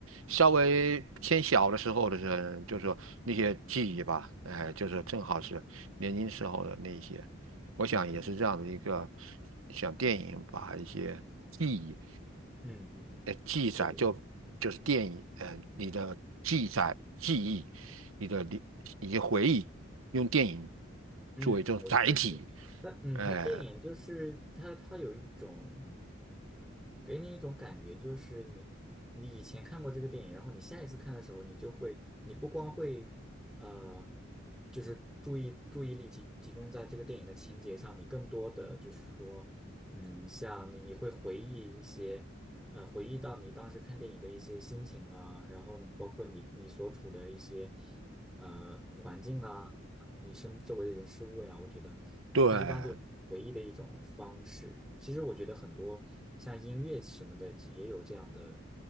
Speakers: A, on the right; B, in the centre.
A: 稍微偏小的时候的时候就是说那些记忆吧，哎、就是正好是年轻时候的那些。
B: 嗯嗯嗯嗯
A: 我想也是这样的一个，
B: 嗯嗯嗯
A: 像电影把一些记忆，
B: 嗯嗯嗯，嗯对对对。
A: 呃，记载就就是电影，呃，你的记载、记忆、你的你一些回忆，用电影
B: 嗯嗯，
A: 作为一种载体，
B: 我觉得是。它嗯，
A: 哎、
B: 它电影就是它它有一种给你一种感觉，就是你你以前看过这个电影，然后你下一次看的时候，你就会你不光会呃，就是注意注意力集集中在这个电影的情节上，你更多的就是说，嗯，像你你会回忆一些呃，回忆到你当时看电影的一些心情啊，然后包括你你所处的一些呃环境啊。啊，你身周围的人事物呀，我觉得它是帮助你唯一的一种方式。
A: 对。
B: 其实我觉得很多像音乐什么的也有这样的